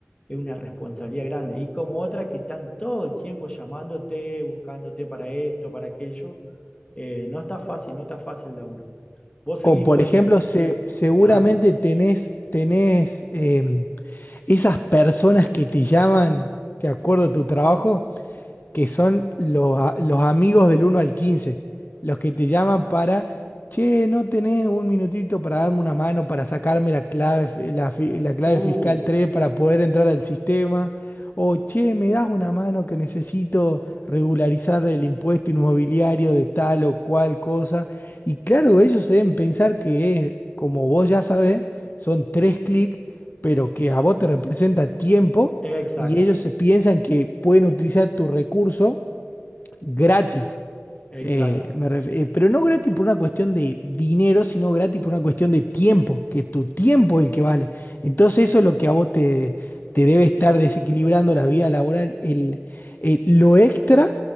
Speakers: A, on the left; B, on the left.
A: es una responsabilidad grande. Y como otra que están todo el tiempo llamándote, buscándote para esto, para aquello. Eh, no está fácil, no está fácil el laburo. Vos
B: O
A: seguís
B: por
A: con
B: ejemplo,
A: él,
B: se-
A: sí.
B: seguramente
A: Ajá.
B: tenés, tenés eh, esas personas que te llaman, ¿te acuerdo de tu trabajo? que son los, a- los amigos del uno al quince los que te llaman para, che, ¿no tenés un minutito para darme una mano, para sacarme la clave, fi- la, fi- la clave
A: Uh,
B: fiscal 3 para poder entrar al sistema? O, che, ¿me das una mano que necesito regularizar el impuesto inmobiliario de tal o cual cosa? Y claro, ellos deben pensar que es, como vos ya sabés, son tres clics, pero que a vos te representa tiempo
A: exacto,
B: y ellos se piensan que pueden utilizar tu recurso gratis.
A: exacto.
B: Eh, me ref- eh, pero no gratis por una cuestión de dinero, sino gratis por una cuestión de tiempo, que tu tiempo es el que vale. Entonces eso es lo que a vos te, te debe estar desequilibrando la vida laboral, el, el- lo extra